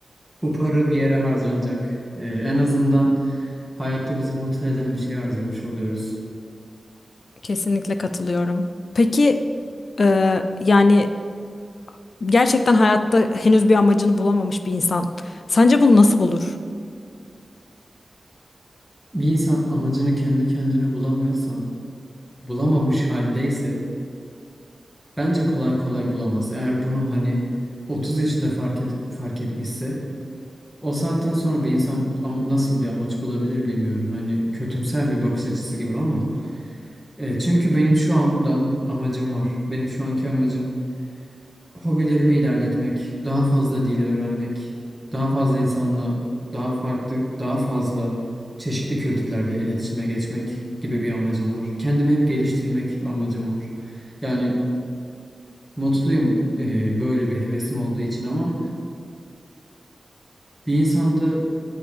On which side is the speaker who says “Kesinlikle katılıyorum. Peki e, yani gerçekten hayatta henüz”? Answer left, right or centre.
Left